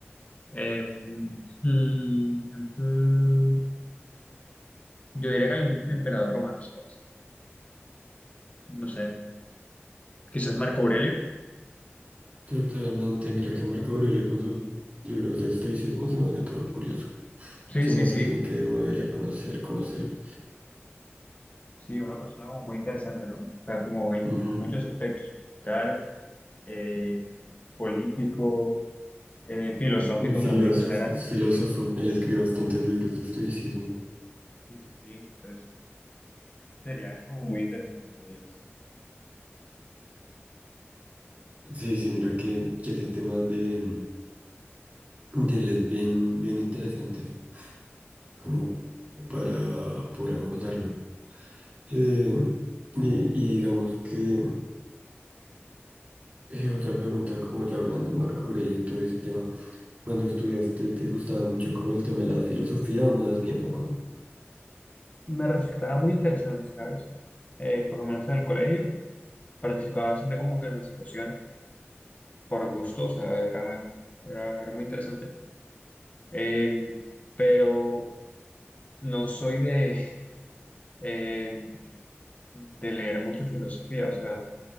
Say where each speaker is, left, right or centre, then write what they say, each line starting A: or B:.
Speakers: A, on the left (about 35°); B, on the right (about 35°).
A: Em, mm, mm, yo diría que algún emperador romano, ¿sabes? No sé, quizás Marco Aurelio.
B: Totalmente, mira que Marco Aurelio con sus libros de estoicismo se me hace todo curioso.
A: Sí,
B: Se
A: sí,
B: me hace
A: sí.
B: alguien que uno debería conocer, conocer.
A: Sí, una persona como muy interesante, ¿no? O sea, como en
B: Ujú.
A: muchos aspectos, militar, eh, político, eh, filosófico
B: Un Filósofo,
A: también, o sea, era...
B: filósofo,
A: Sí,
B: él escribe bastantes libros de estoicismo.
A: sí, sí, sí, entonces sería como muy interesante, diría yo.
B: Sí, sí, mira que, que ese tema de, de él es bien, bien interesante, como para poder abordarlo. Eh, y, y digamos que eh, otra pregunta, como ya hablando de Marco Aurelio y todo ese tema. Cuando estudiaste, ¿te gustaba mucho como el tema de la filosofía o más bien poco?
A: Me resultaba muy interesante, ¿sabes? Eh, por lo menos en el colegio, participaba bastante como que en las discusiones, por gusto, o sea, era, era, era muy interesante. Eh, pero no soy de, eh, de leer mucho filosofía, o sea...